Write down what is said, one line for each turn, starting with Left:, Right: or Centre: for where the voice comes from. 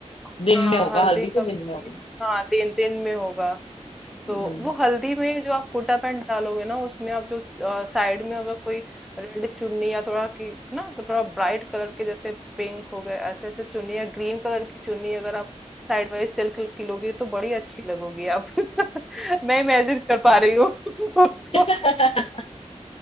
Centre: हाँ,
Left: दिन में होगा
Centre: हल्दी
Left: हल्दी तो
Centre: का
Left: दिन में होगी
Centre: हाँ, दिन दिन में होगा।
Left: हम्म
Centre: तो वो हल्दी में जो आप कुर्ता पैंट डालोगे ना उसमें आप जो साइड में अगर कोई रेड चुन्नी या थोड़ा की ना थोड़ा ब्राइट कलर के जैसे पिंक हो गए ऐसे ऐसे चुन्नी या ग्रीन कलर की चुन्नी अगर आप साइड वाइज सिल्क की लोगी तो बड़ी अच्छी लगोगी आप <laughs> मैं इमेजिन कर पा रही हूँ <laughs> उसको
Left: <laughs>